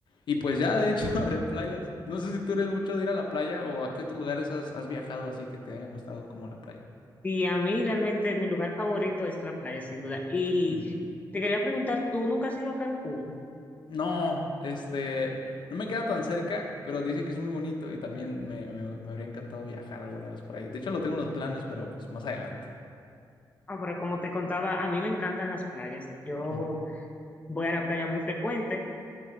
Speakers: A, on the left; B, on the left.
A: y pues ya de hecho <laughs> de playas. No sé si tú eres mucho de ir a la playa o a qué otros lugares has, has viajado así que te hayan gustado como la playa.
B: Sí, a mí realmente mi lugar favorito es la playa, sin duda. Y
A: Mm.
B: te quería preguntar, ¿tú nunca has ido a Cancún?
A: No, este, no me queda tan cerca, pero dicen que es muy bonito y también me, me- me habría encantado viajar alguna vez por ahí. De hecho, lo tengo en los planes, pero pues más adelante.
B: Ah, pero como te contaba, a mí me encantan las playas. Yo
A: Mm,
B: voy a la playa muy frecuente